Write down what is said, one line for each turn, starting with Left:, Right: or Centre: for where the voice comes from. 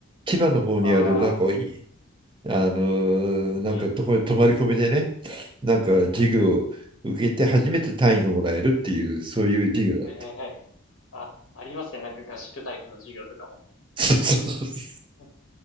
Right: 千葉の方にある、
Left: あ
Right: なんかいい、あのーなんかとこに泊まり込みでね、
Left: あ、はい、
Right: なんか授業を受けて初めて単位がもらえるっていう、
Left: はい、
Right: そういう授業だった。
Left: はい、はい、はい。あ、ありますね。なんか合宿タイプの授業とかも。
Right: <laughs> そそうそう
Left: <laughs>